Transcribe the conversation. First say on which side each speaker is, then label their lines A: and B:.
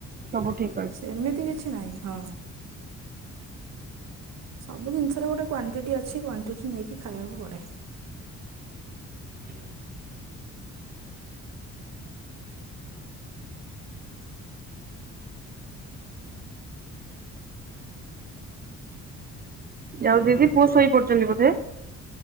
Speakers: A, on the right; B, on the right.
A: ସବୁ ଠିକ୍ ଅଛି।
B: ସେମିତି କିଛି ନାହିଁ ହଁ। ସବୁ ଜିନିଷର ଗୋଟେ କ୍ଵାଣ୍ଟିଟି ଅଛି କ୍ୱା ଟୁ ଠୁ ନେଇକି ଖାଇବାକୁ ପଡେ
A: ହ ଆଉ ଦିଦି ପୁଅ ସୋଇ ପଡଚନ୍ତି ବୋଧେ?